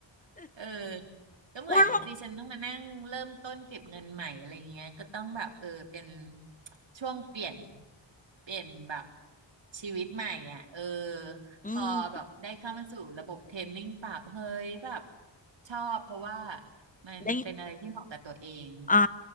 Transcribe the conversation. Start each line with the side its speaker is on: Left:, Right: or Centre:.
Right: เออก็เหมือนดิฉันต้องมานั่งเริ่มต้นเก็บเงินใหม่อะไรอย่างเงี้ยก็ต้องแบบเออเป็น
Left: อ้วนบอก
Right: ช่วงเปลี่ยนเปลี่ยนแบบชีวิตใหม่อ่ะเออ
Left: อืม
Right: พอแบบได้เข้ามาสู่ระบบเทรนนิ่งปรับเฮ้ยแบบชอบเพราะว่ามันเป็นอะไรที่เหมาะกับตัวเอง
Left: ได้อ่